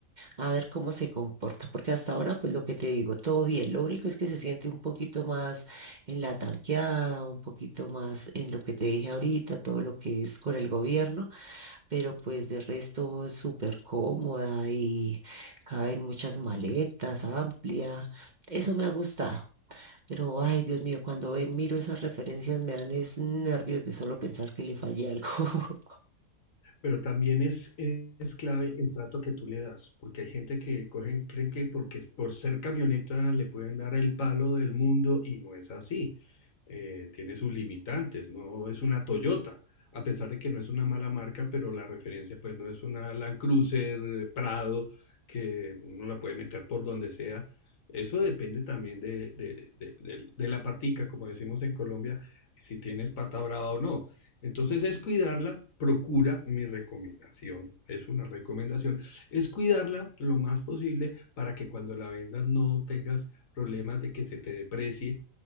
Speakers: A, on the right; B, on the left.
A: a ver cómo se comporta, porque hasta ahora, pues lo que te digo, todo bien, lo único es que se siente un poquito más en la tanqueada, un poquito más en lo que te dije ahorita, todo lo que es con el gobierno, pero pues de resto es súper cómoda y caben muchas maletas, amplia, eso me ha gustado. Pero, ay, Dios mío, cuando ve- miro esas referencias me dan es nervios de solo pensar que le fallé algo. <laughs>
B: Pero también es, es clave el trato que tú le das, porque hay gente que cogen, creen que porque es- por ser camioneta le pueden dar el palo del mundo y no es así. Eh, tiene sus limitantes, no es una Toyota, a pesar de que no es una mala marca, pero la referencia pues no es una Land Cruiser, eh, Prado, que uno la puede meter por donde sea. Eso depende también de, de, de, de de la patica, como decimos en Colombia, si tienes pata brava o no. Entonces es cuidarla, procura mi recomendación, es una recomendación, es cuidarla lo más posible para que cuando la vendas no tengas problemas de que se te deprecie